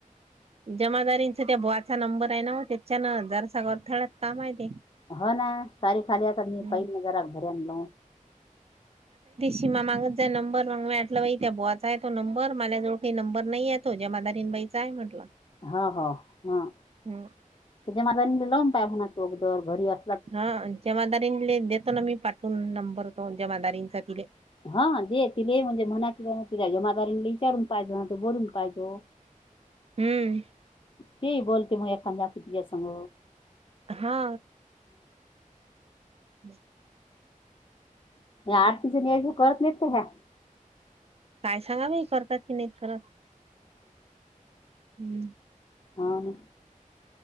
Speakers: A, on the right (about 45°); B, on the left (about 40°).
A: जमादारींचा त्या बोवाचा नंबर आहे ना त्याच्यान हजार सवा अथळ्यात काम आहे ते
B: हो ना, <unintelligible> तारी खाली आता
A: हम्म
B: मी पहि जर घर आणल
A: थिमा मागत जाय नंबर माग मी म्हटलं बाई त्या बोवाचा आहे तो नंबर माझ जवळ काही नंर नाहीे तो जमादारीन बाई तीया ये म्हटलं.
B: ह हो हा
A: हम्म.
B: त्याच्या म लावून पाय म्हणातोगदर घरी अस
A: हा जमादारींले देतो ना, मी पाठून नंबर तो जमादारींचा तिले.
B: हा दे तिले म्हणजे म्हणातल क तिझ जमादारीन ले ईचारून पाहिजो न, त बोलून पाहिजो.
A: हम्म.
B: ते बोलते मग एखाद्या <unintelligible> कतीच्या सग.
A: हा. हम <unintelligible>
B: आरती जन ये करत नि ही का काय '?
A: काय सांगावें बईकरतात की नाहीत करत. हम्म.
B: हा.